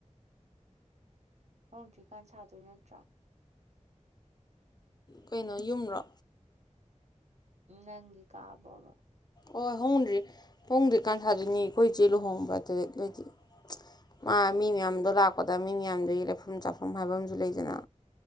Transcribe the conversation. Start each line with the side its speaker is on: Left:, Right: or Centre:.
Right: ꯉꯧꯗ꯭ꯔꯤꯀꯥꯟ ꯁꯥꯗꯣꯏ ꯅꯠꯇ꯭ꯔꯥ
Left: ꯀꯩꯅꯣ ꯌꯨꯝꯔꯣ
Right: ꯅꯪꯒꯤ ꯀꯥꯕꯣꯕ
Left: ꯍꯣꯏ ꯍꯣꯡꯗ꯭ꯔꯤ ꯍꯣꯡꯗ꯭ꯔꯤꯀꯥꯟ ꯊꯗꯣꯏꯅꯦ ꯑꯩꯈꯣꯏꯆꯦ ꯂꯨꯍꯣꯡꯕ ꯑꯗꯨꯂꯣꯏꯗꯤ ꯃꯥ ꯃꯤ ꯃꯌꯥꯝꯗꯣ ꯂꯥꯛꯄꯗ ꯃꯤꯡ ꯌꯥꯝꯗꯨꯒꯤ ꯂꯩꯐꯝ ꯆꯥꯐꯝ ꯍꯥꯏꯕ ꯑꯃꯁꯨ ꯂꯩꯗꯅ